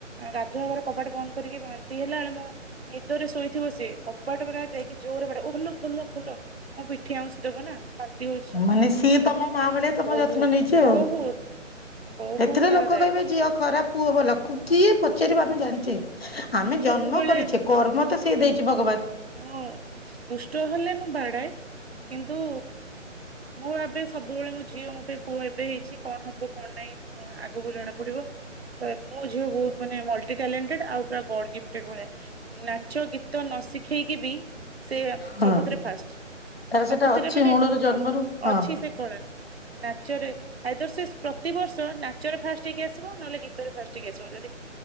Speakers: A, on the right (about 55°); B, on the left (about 50°).
A: ଗାଧୁଆଘର କବାଟ ବନ୍ଦ କରିକି ବାନ୍ତି ହେଲା ବେଳେ, ମୋ ନିଦରେ ଶୋଇଥିବ ସେ, କବାଟ ପୁରା ଯାଇକି ଜୋରରେ ବାଡେଇବ, ଖୋଲ ଖୋଲ ଖୋଲ ମୋ ପିଠି ଆଉଁସି ଦବ ନା? ବାନ୍ତି ହଉଛି
B: ମାନେ ସିଏ ତମ ମା ଭଳିଆ ତମ
A: ବହୁତ
B: ଯତ୍ନ ନେଇଚି ଆଉ।
A: ବହୁତ ବହୁତ
B: ଏଥିରେ
A: ତାର
B: ଲୋକ
A: ଦାୟିତ୍ଵ
B: କହିବେ ଝିଅ ଖରାପ, ପୁଅ ଭଲ, କିଏ
A: ତେଣୁ
B: ପଚାରିବ ଆମେ ଜାଣିଚେ? ଆମେ
A: ମୁଁ
B: ଜନ୍ମ
A: ସବୁବେଳେ
B: କରିଚେ, କର୍ମ ତ ସିଏ ଦେଇଚି, ଭଗବାନ।
A: ମୁଁ, ଦୁଷ୍ଟ ହେଲେ ମୁଁ ବାଡାଏ, କିନ୍ତୁ ମୁଁ ଭାବେ ସବୁବେଳେ ମୋ ଝିଅ ମୋ ପାଇଁ, ପୁଅ ଏବେ ହେଇଚି, କଣ ହବ କଣ ନାହିଁ ଆଗକୁ ଜଣା ପଡିବ, ତ ମୋ ଝିଅ ବହୁତ ମାନେ ମଲଟିଟ୍ୟଲେଣ୍ଟେଡ ଆଉ ପୁରା ଗଡ଼ ଗି ଗୋଟେ ଭଳିଆ, ନାଚ ଗୀତ ନ ଶିଖେଇକି ବି ସେ
B: ହଁ।
A: ସବୁଥିରେ ଫାଷ୍ଟ,
B: ତାର ସେଟା
A: ସବୁଥିରେ
B: ଅଛି
A: ମାନେ,
B: ମୂଳରୁ ଜନ୍ମରୁ
A: ହଁ
B: ହଁ
A: ଅଛି ସେ କଳା। ନାଚରେ ଆାଇଦର ସେ ପ୍ରତିବର୍ଷ ନାଚରେ ଫାଷ୍ଟ ହେଇକି ଆସିବ, ନହେଲେ ଗୀତରେ ଫାଷ୍ଟ ହେଇକି ଆସିବ, ଯଦି